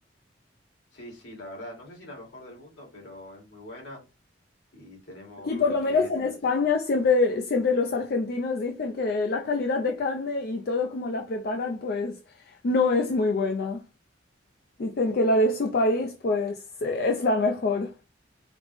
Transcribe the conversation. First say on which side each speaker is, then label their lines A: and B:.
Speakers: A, on the left; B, on the left.
A: Sí, sí, la verdad, no sé si la mejor del mundo, pero es muy buena y tenemos
B: Aquí, por
A: lo
B: lo menos
A: que es
B: en España,
A: las...
B: siempre, siempre los argentinos dicen que la calidad de carne y todo como la preparan, pues no es muy buena. Dicen que la de su país, pues, eh, es la mejor.